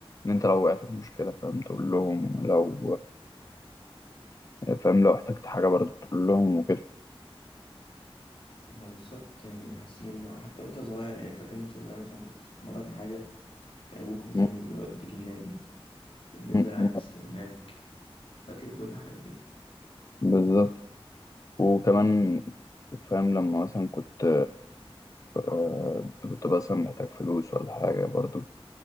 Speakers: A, on the left; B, on the left.
A: إن أنت لو وقعت في مشكلة فاهم تقول لهم لو فاهم لو احتجت حاجة برضه تقول لهم وكده
B: ما هو بالظبط يعني بحس إن هما حتى وأنت صغير يعني فاكر وأنت صغير مثلا كنت بتتمرن حاجة كان أبوك مثلا
A: م-
B: اللي بيوديك النادي كان بيفضل
A: م-
B: قاعد
A: م-
B: يستناك فاكر كل الحاجات دي
A: بالظبط وكمان فاهم لما مثلا كنت آه، كنت مثلا محتاج فلوس ولا حاجة برضو